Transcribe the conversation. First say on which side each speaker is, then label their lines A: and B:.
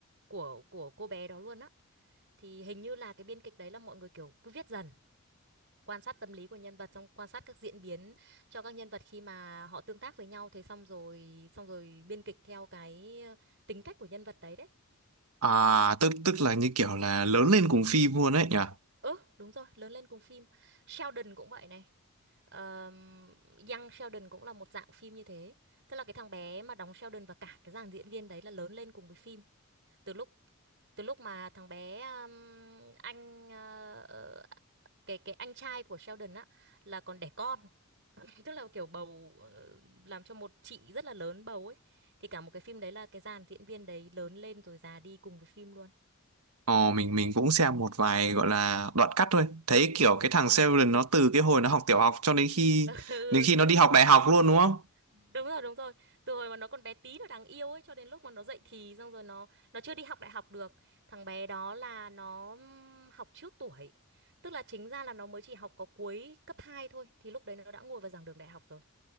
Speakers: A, on the right; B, on the right.
A: của của cô bé đó luôn á thì hình như là cái biên kịch đấy là mọi người kiểu cứ viết dần quan sát tâm lý của nhân vật xong quan sát các diễn biến cho các nhân vật khi mà họ tương tác với nhau thế xong rồi xong rồi biên kịch theo cái ờ, tính cách của nhân vật đấy đấy
B: À tức tức là như kiểu là lớn lên cùng phim luôn ấy nhỉ?
A: ừ đúng rồi lớn lên cùng phim Sheldon cũng vậy này Ờm, Young Sheldon cũng là một dạng phim như thế tức là cái thằng bé mà đóng Sheldon và cả cái dàn diễn viên đấy là lớn lên cùng với phim từ lúc từ lúc mà thằng bé um, anh ờ, ờ, cái cái anh trai của Sheldon á là còn đẻ con tức là kiểu bầu ờ, làm cho một chị rất là lớn bầu ấy thì cả một cái phim đấy là cái dàn diễn viên đấy lớn lên rồi già đi cùng với phim luôn
B: Ờ mình mình cũng xem một vài gọi là đoạn cắt thôi. Thấy kiểu cái thằng
A: Ừ.
B: Sheldon nó từ cái hồi nó học tiểu học cho đến khi
A: <laughs> ừ
B: đến khi
A: đúng
B: nó đi
A: rồi
B: học đại học luôn đúng không?
A: đúng rồi đúng rồi từ hồi mà nó còn bé tí nó đáng yêu ấy cho đến lúc mà nó dậy thì xong rồi nó nó chưa đi học đại học được thằng bé đó là nó ừm, học trước tuổi tức là chính ra là nó mới chỉ học có cuối cấp 2 thôi thì lúc đấy nó đã ngồi vào giảng đường đại học rồi